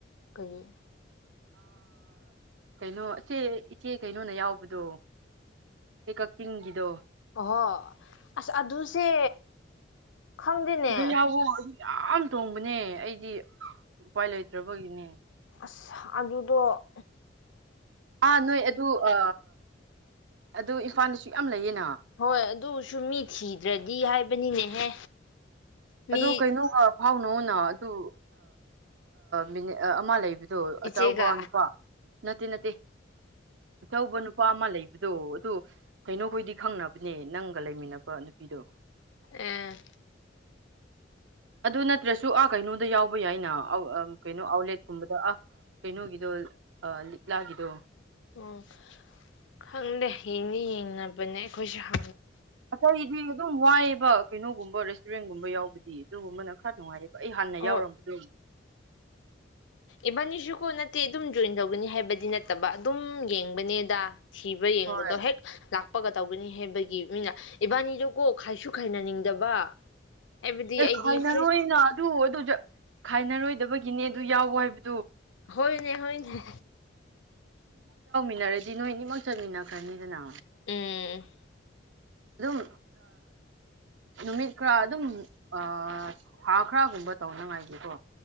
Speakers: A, on the left; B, on the right.
A: ꯑꯩꯈꯣꯏ
B: ꯀꯩꯅꯣ ꯁꯦ ꯏꯆꯦ ꯀꯩꯅꯣꯅ ꯌꯥꯎꯕꯗꯣ ꯑꯩ ꯀꯛꯆꯤꯡꯒꯤꯗꯣ
A: ꯑꯣꯍꯣ ꯑꯁ ꯑꯗꯨꯁꯦ ꯈꯪꯗꯦꯅꯦ
B: ꯑꯗꯨ ꯌꯥꯎꯋꯣ ꯌꯥꯝ ꯇꯣꯡꯕꯅꯦ ꯑꯩꯗꯤ ꯎꯄꯥꯏ ꯂꯩꯇ꯭ꯔꯕꯒꯤꯅꯦ
A: ꯑꯁ ꯑꯗꯨꯗꯣꯪ
B: ꯑꯥ ꯅꯣꯏ ꯑꯗꯨ ꯑ ꯑꯗꯨ ꯏꯝꯐꯥꯜꯗꯁꯨꯨꯛ ꯌꯥꯝ ꯂꯩꯌꯦꯅ
A: ꯍꯣꯏ ꯑꯗꯨꯁꯨ ꯃꯤ ꯊꯤꯗ꯭ꯔꯗꯤ ꯗꯤ ꯍꯥꯏꯕꯅꯤꯅꯦꯍꯦ ꯃꯤ
B: ꯑꯣ ꯀꯩꯅꯣ ꯀꯣ ꯐꯥꯎꯅꯅ ꯑꯗꯨ ꯃꯤꯅꯤꯠ ꯑꯃ ꯂꯩꯕ ꯑꯗꯨ
A: ꯏꯆꯦꯒ
B: ꯆꯥꯎꯕꯥꯎꯅꯄ ꯅꯠꯇ ꯅꯠꯇꯦ ꯑꯆꯧꯕ ꯅꯨꯄꯥ ꯑꯃ ꯂꯩꯕ ꯑꯗꯣ ꯑꯗꯨ ꯀꯩꯅꯣꯈꯣꯏꯗꯤ ꯈꯪꯅꯕꯅꯦ ꯅꯪꯒ ꯂꯩꯃꯤꯟꯅꯕ ꯅꯨꯄꯤꯗꯣ
A: ꯑ
B: ꯑꯗꯨ ꯅꯠꯇ꯭ꯔꯁꯨ ꯑꯥ ꯀꯩꯅꯣꯗ ꯌꯥꯎꯕ ꯌꯥꯏꯅ ꯀꯩꯅꯣ ꯑꯥꯎꯠꯂꯦꯠꯀꯨꯝꯕꯗ ꯑ ꯀꯩꯅꯣꯒꯤꯗꯣ ꯂꯤꯛꯂꯥꯒꯤꯗꯣ
A: ꯑꯣ ꯈꯪꯗꯦ ꯌꯦꯡꯅꯤ ꯌꯦꯡꯅꯕꯅꯦ ꯑꯩꯈꯣꯏꯁꯨꯪ
B: ꯉꯁꯥꯏꯗꯤ ꯑꯗꯨꯝ ꯋꯥꯏꯑ ꯀꯩꯅꯣꯒꯨꯝꯕ ꯔꯦꯁꯇꯨꯔꯦꯟꯒꯨꯝꯕ ꯌꯥꯎꯕꯗꯤ ꯑꯗꯨꯒꯨꯝꯕꯅ ꯈꯔ ꯅꯨꯡꯉꯥꯏꯔꯦ ꯑꯩ ꯍꯥꯟꯅ
A: ꯍꯣꯏ
B: ꯌꯥꯎꯔꯝꯕꯗꯣ
A: ꯏꯕꯥꯅꯤꯁꯨꯀꯣ ꯅꯠꯇꯦ ꯑꯗꯨꯝ ꯖꯣꯏꯟ ꯇꯧꯒꯅꯤ ꯍꯥꯏꯕꯗꯤ ꯅꯠꯇꯕ ꯑꯗꯨꯝ ꯌꯦꯡꯕꯅꯦꯗ ꯊꯤꯕ ꯌꯦꯡꯕꯗꯣ
B: ꯍꯣꯏ
A: ꯍꯦꯛ ꯂꯥꯛ ꯀꯄꯒ ꯇꯧꯒꯅꯤ ꯍꯥꯏꯕꯒꯤ ꯃꯤꯅ ꯏꯕꯥꯅꯤꯗꯨꯀꯣ ꯈꯥꯏꯁꯨ ꯈꯥꯏꯅꯅꯤꯡꯗꯕ ꯍꯥꯏꯕꯗꯤ
B: ꯑꯦ
A: ꯑꯩꯗꯤ
B: ꯈꯥꯏꯅꯔꯣꯏꯅ
A: ꯐ꯭ꯔꯦꯁ
B: ꯑꯗꯨ ꯑꯗꯨ ꯈꯥꯏꯅꯔꯣꯏꯗꯕꯒꯤ ꯒꯤꯅꯦ ꯑꯗꯨ ꯌꯥꯎꯋꯣ ꯍꯥꯏꯕ
A: ꯍꯣꯏꯅꯦ ꯍꯣꯏ ꯎ
B: ꯎꯟꯅꯔꯗꯤ ꯅꯣꯏ ꯑꯅꯤꯃꯛ ꯆꯠꯃꯤꯟꯅꯈ꯭ꯔꯅꯤꯗꯅ
A: ꯎꯝ
B: ꯑꯗꯨꯝ ꯅꯨꯃꯤꯠ ꯈꯔ ꯑꯗꯨꯝ ꯊꯥ ꯈꯔꯒꯨꯝꯕ ꯇꯧꯅꯉꯥꯏꯒꯤꯦꯀꯣ